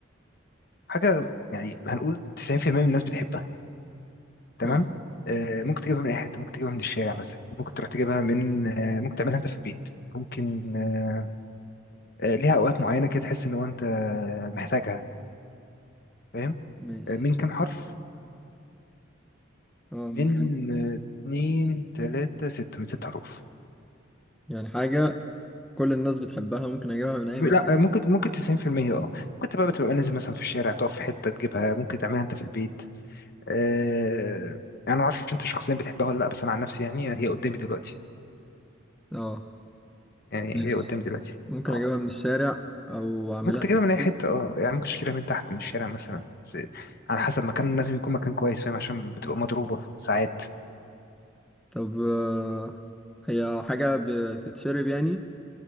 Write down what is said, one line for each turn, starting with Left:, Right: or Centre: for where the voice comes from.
Left: حاجه يعني هنقول 90% من الناس بتحبها تمام
Centre: ماشي
Left: أه ممكن تجيبها من اي حته ممكن تجيبها من الشارع مثلا ممكن تروح تجيبها من أه ممكن تعملها انت في البيت ممكن أه آه، ليها اوقات معينه كده تحس ان هو انت محتاجها فاهم
Centre: ماشي
Left: آه، من كام حرف
Centre: اه
Left: من
Centre: من كام
Left: آه، اتنين تلاتة ستة من ست حروف
Centre: يعني حاجة كل الناس بتحبها ممكن اجيبها من اي
Left: م-
Centre: مكان
Left: لا آه، ممكن ممكن تسعين في المية اه كنت بقى بتبقى نازل مثلا في الشارع تقف في حتة تجيبها ممكن تعملها انت في البيت آه يعني ما اعرفش انت شخصيا بتحبها ولا لا بس انا عن نفسي يعني هي قدامي دلوقتي
Centre: اه
Left: يعني
Centre: ماشي
Left: هي قدامي دلوقتي
Centre: ممكن
Left: اه
Centre: اجيبها من الشارع او اعملها
Left: ممكن تجيبها
Centre: في البيت
Left: من اي حتة اه يعني ممكن تشتريها من تحت من الشارع مثلا بس على حسب مكان لازم يكون مكان كويس فاهم عشان بتبقى مضروبة ساعات
Centre: طب آه، هي حاجة بتتشرب يعني